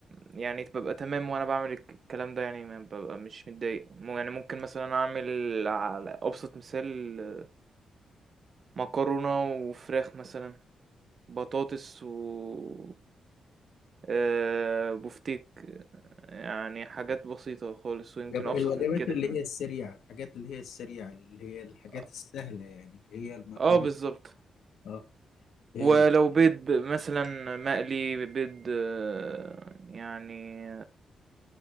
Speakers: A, on the right; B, on the left.
A: يعني ببقى تمام وانا بعمل الك- الكلام ده يعني ما ببقى مش متضايق مو- يعني ممكن مثلا اعمل على ابسط مثال مكرونة وفراخ مثلا بطاطس و آه، بفتيك يعني حاجات بسيطة خالص ويمكن
B: يبقى
A: أبسط
B: الوجبات
A: من كده
B: اللي
A: كمان
B: هي السريعة الحاجات اللي هي السريعة اللي هي الحاجات
A: اه
B: السهلة يعني اللي هي المكرونة
A: آه، بالظبط
B: اه هي
A: ولو
B: الح-
A: بيض ب- مثلا مقلي بيض آه، يعني